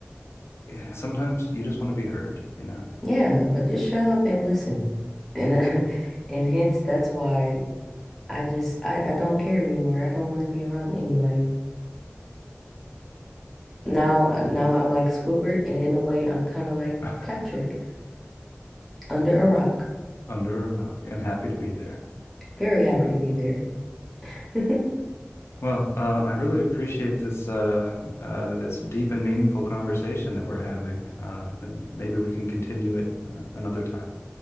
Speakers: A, on the left; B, in the centre.
A: yeah, sometimes you just want to be heard, you know,
B: Yeah, like just shut up and listen. And uh, <laughs> and hence that's why I just I, I don't care anymore. I don't want to be around anybody. Now uh, now I'm like Squidward, and in a way I'm kind of like
A: <laughs>
B: Patrick under a rock.
A: under a rock and happy to be there.
B: Very happy to be there. <laughs>
A: Well, uh, I really appreciate this uh, uh, this deep and meaningful conversation that we're having, uh, and maybe we can continue it uh, another time.